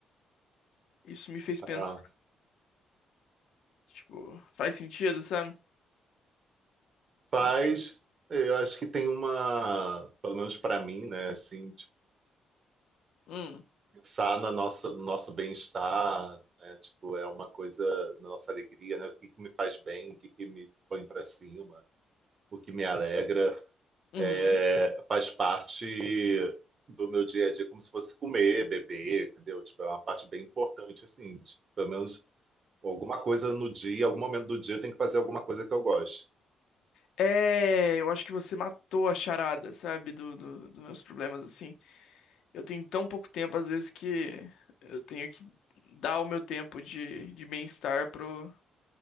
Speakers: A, on the left; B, on the right.
A: Isso me fez pensar,
B: Ah.
A: tipo, faz sentido, sabe?
B: Faz,
A: Entendi.
B: eu acho que tem uma, pelo menos pra mim, né? Assim,
A: Hum,
B: pensar na nossa, no nosso bem-estar, né? Tipo, é uma coisa, na nossa alegria, né? O que que me faz bem, o que que me põe para cima, o que me alegra,
A: uhum.
B: é, faz parte do meu dia a dia, como se fosse comer, beber, entendeu? Tipo, é uma parte bem importante, assim, tipo, pelo menos alguma coisa no dia, algum momento do dia, eu tenho que fazer alguma coisa que eu goste.
A: É, eu acho que você matou a charada, sabe, do, do- dos meus problemas, assim. Eu tenho tão pouco tempo, às vezes, que eu tenho que dar o meu tempo de, de bem-estar pro,